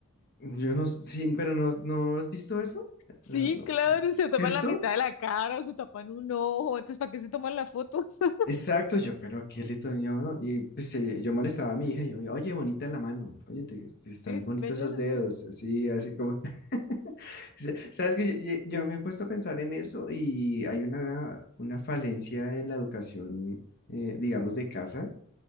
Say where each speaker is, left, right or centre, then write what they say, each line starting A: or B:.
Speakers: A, on the left; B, on the left.
A: Yo no, sí, pero no, ¿no has visto eso?
B: Sí,
A: No, no,
B: claro, se tapan
A: ¿cierto?
B: la mitad de la cara o se tapan un ojo, entonces ¿para qué se toman las fotos? <laughs>
A: Exacto, yo, pero qué lindo, yo, ¿no? Y pues eh, yo molestaba a mi hija, y yo, oye, bonita la mano, oye, te, están
B: Sí, es
A: bonitos
B: bella
A: esos
B: la
A: dedos,
B: madre.
A: así, así como, <laughs> sa- sabes que yo, yo- yo me he puesto a pensar en eso y hay una, una falencia en la educación, eh, digamos, de casa,